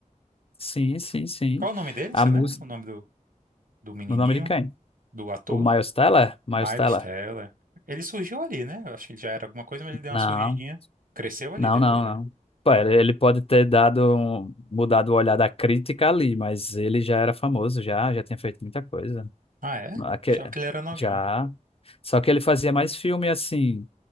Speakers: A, on the left; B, on the right.
A: Sim, sim, sim.
B: Qual o nome dele?
A: A
B: Você
A: música.
B: lembra o nome do, do menininho,
A: O nome de quem?
B: do ator?
A: O Miles Teller? Miles
B: Miles
A: Teller?
B: Teller. Ele surgiu ali, né? Eu acho que ele já era alguma coisa, mas ele deu
A: Não,
B: uma surgidinha. Cresceu ali
A: não,
B: depois,
A: não,
B: né?
A: não. Pô, ele ele pode ter dado um- mudado o olhar da crítica ali, mas ele já era famoso, já, já tinha feito muita coisa.
B: Ah, é?
A: Aque...
B: Achava que ele era novinho.
A: Já. Só que ele fazia mais filme assim.